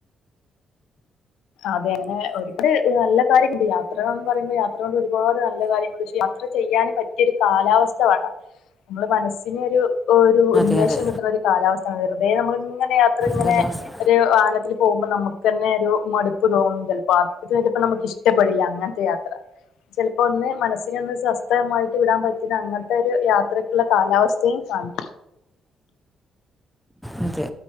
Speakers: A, on the left; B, in the centre.
A: അതെ അങ്ങനെ ഒരുപിടി നല്ല കാര്യമൊണ്ട് യാത്രഎന്നുപറയുമ്പോ യാത്രകൊണ്ട് ഒരുപാട് നല്ല കാര്യങ്ങളുണ്ട് ചെയ്യാ യാത്രചെയ്യാൻ പറ്റിയൊരു കാലാവസ്ഥവേണം നമ്മള് മനസ്സിനൊരു ഒരു ഉന്മേഷം
B: അതെ അതെ
A: കിട്ടുന്നൊരു കാലാവസ്ഥാവേണം വെറുതെ നമ്മളിങ്ങനെ യാത്രയിങ്ങനെ
B: കാലാവസ്ഥ
A: ഒരു വാഹനത്തില് പോകുമ്പോ നമുക്കുതന്നെയൊരു മടു പ്പുതോന്നും ചെലപ്പോ അത് ചെലപ്പോ നമുക്കിഷ്ടപ്പെടില്ല അങ്ങനത്തെയാത്ര ചെലപ്പോ ഒന്ന് മനസ്സിനൊന്ന് സ്വസ്ഥമായിട്ടുവിടാൻ പറ്റിണ അങ്ങനത്തെയൊരു യാത്ര ക്കുള്ള കാലാവസ്ഥയും കാണും
B: മ്ക്കെ